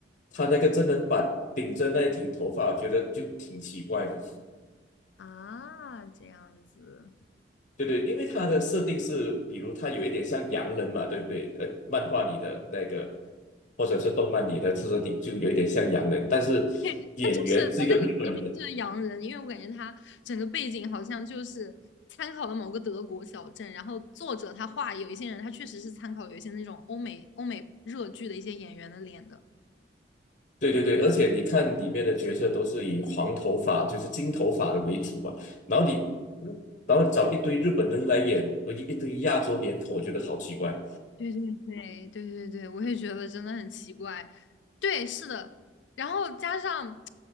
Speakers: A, on the left (about 45°); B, on the left (about 75°).
A: 他那个真人版顶着那一顶头发，我觉得就挺奇怪的。
B: <laughs> 啊，这样子。
A: 对对，因为他的设定是，比如他有一点像洋人嘛，对不对？呃，漫画里的那个，或者是动漫里的设顶就有一点像洋人，但是演员是一个日本人，
B: 对，他就是他就是后面就是洋人，因为我感觉他整个背景好像就是参考了某个德国小镇，然后作者他画有一些人，他确实是参考有一些那种欧美欧美热剧的一些演员的脸的。
A: 对对对，而且你看里面的角色都是以黄头发，就是金头发的为主嘛，然后你，嗯然后找一堆日本人来演，我一一堆亚洲脸孔，我觉得好奇怪。
B: 对对对对对对，我也觉得真的很奇怪。对，是的，然后加上